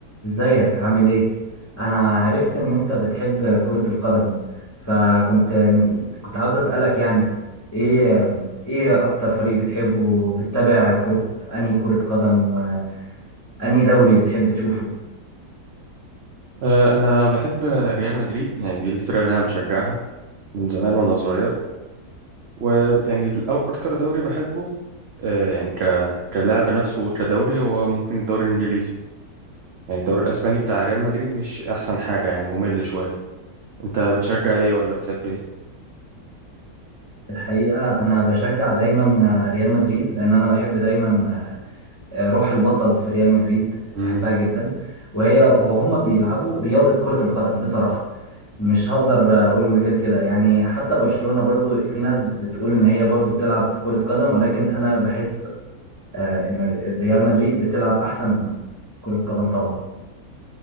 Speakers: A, on the left; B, on the right.
A: ازيك عامل ايه انا عرفت ان انت بتحب كرة القدم فكنت كنت عاوز اسألك يعني ايه ايه اكتر فريق بتحبه وبتتابع كرة انهي كرة قدم وانهي دوري بتحب تشوفه
B: آه، انا بحب ريال مدريد يعني دي الفرقه اللي انا بشجعها من زمان وانا صغير ويعني الأو- اكتر دوري بحبه آه، يعني ك كلاعب نفسه كدوري هو ممكن الدوري الانجليزي يعني الدوري الاسباني بتاع ريال مدريد مش احسن حاجه يعني ممل شويه انت بتشجع ايه ولا بتحب
A: الحقيقة انا بشجع دايما ريال مدريد لان انا بحب دايما روح البطل في ريال مدريد
B: ايه
A: بحبها جدا وهي وهما بيلعبوا رياضة كرة القدم بصراحة مش هقدر اقول غير كده يعني حتى برشلونة برضو في ناس بتقول ان هي برضو بتلعب كرة قدم ولكن انا بحس آه، ان ريال مدريد بتلعب احسن كرة قدم طبعا